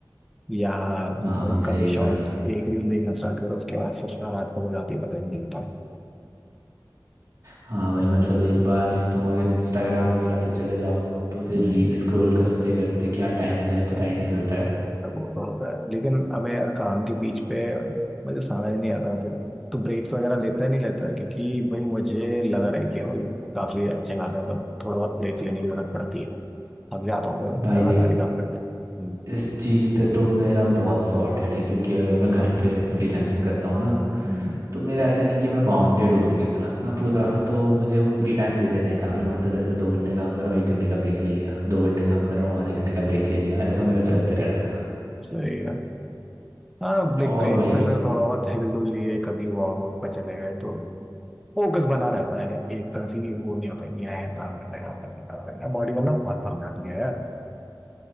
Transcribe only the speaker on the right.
हाँ भाई
सेम
भाई
हाँ भाई मतलब एक बार तुम अगर इंस्टाग्राम वगैरह पे चले जाओ तो फिर
रील स्क्रॉल करते करते क्या टाइम हो जाए पता ही नहीं चलता है
भाई
देख
इस चीज़ पे तो मेरा बहुत सॉर्टेड है क्योंकि अगर मैं घर पे फ्रीलांसिंग करता हूँ ना
तो मेरा ऐसा नहीं कि मैं बाउंडेड हूँ उनके साथ ना पूरा तो मुझे वो फ्री टाइम दे देते हैं काफ़ी मतलब जैसे मैं दो घंटे काम कर रहा हूँ एक घंटे का ब्रेक ले लिया दो घंटे काम कर रहा हूँ आधे घंटे का ब्रेक ले लिया ऐसा मेरा चलते रहता है
और
भाई